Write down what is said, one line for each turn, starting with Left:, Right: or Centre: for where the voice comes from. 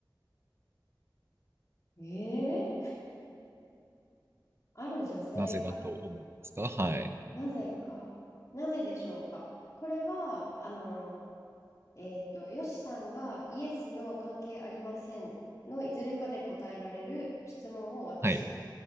Left: ええある女性か、
Right: なぜだと思いますかはい。
Left: なぜか、なぜでしょうか。これは、あの、えっと、よしさんがイエスの関係ありませんのいずれかで答えられる質問を私、
Right: はい。